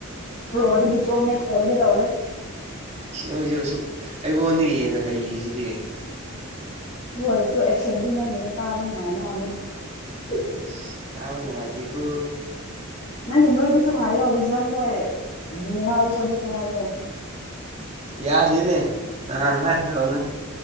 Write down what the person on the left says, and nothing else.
ꯄ꯭ꯔꯣꯗꯒꯤ ꯄ꯭ꯔꯣ ꯃꯦꯛꯁ ꯑꯣꯏꯒꯦ ꯇꯧꯔꯦ꯫
ꯑꯗꯨ ꯑꯣꯏꯔꯁꯨ ꯑꯦꯛꯁꯟꯗꯤ ꯅꯪꯒꯤꯅ ꯇꯥꯕ ꯅꯨꯡꯉꯥꯏꯅ ꯃꯤ <unintelligible>
ꯅꯪꯒꯤ ꯃꯔꯨꯞꯗꯨꯁꯨ ꯍꯥꯏꯌꯣ ꯋꯤꯖꯝꯈꯣꯏ ꯌꯨ ꯉꯥꯎꯕ ꯈꯣꯏꯗꯨꯁꯨ ꯍꯥꯏꯌꯣ